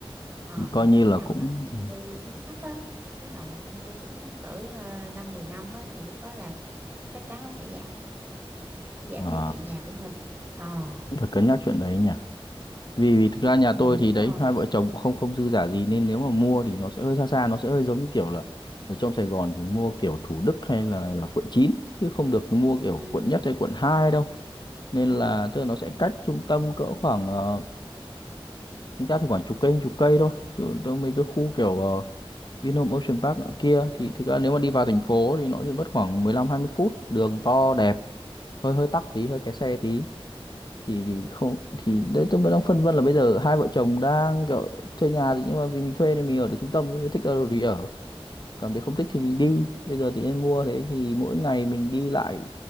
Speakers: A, on the right; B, on the left.
A: Ờ,
B: thì coi
A: còn
B: như
A: khi
B: là
A: nào
B: cũng
A: mà chung
B: ừ.
A: cư xuống cấp á khi nào mà chung cư xuống cấp cỡ ờ, năm 10 năm á thì lúc đó là chắc chắn nó sẽ giảm giảm
B: ờ
A: giá trị nhà của mình ờ
B: cũng phải cân nhắc chuyện đấy nhỉ vì vì thực ra nhà
A: ừ,
B: tôi thì
A: đúng
B: đấy
A: rồi
B: hai vợ chồng cũng không không dư giả gì nên nếu mà mua thì nó sẽ hơi xa xa nó sẽ hơi giống như kiểu là ở trong Sài Gòn thì mua kiểu Thủ Đức hay là, là quận 9 chứ không được mua kiểu
A: ừ
B: quận nhất hay quận 2 đâu nên
A: ừ
B: là tức là nó sẽ cách trung tâm cỡ khoảng ờ, chúng ta thì khoảng chục cây chục cây thôi chứ tôi mấy cái khu kiểu ờ, Vinhome Ocean Park nữa kia thì thực ra nếu mà đi vào thành phố thì nó chỉ mất khoảng mười lăm hai mươi phút đường to đẹp hơi hơi tắc tí hơi kẹt xe tí thì, thì không
A: ừ
B: thì đấy tôi vẫn đang phân vân là bây giờ hai vợ chồng đang kiểu thuê nhà thì nhưng mà vì mình thuê nên mình ở được trung tâm mình thích ở đâu thì ở cảm thấy không thích
A: ừ
B: thì mình đi bây giờ thì nên mua thế thì mỗi ngày mình đi lại